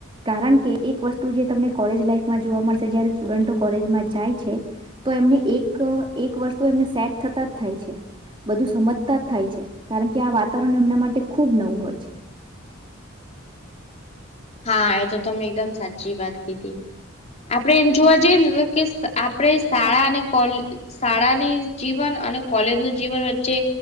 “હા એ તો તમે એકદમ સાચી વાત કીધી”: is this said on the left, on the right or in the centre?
Left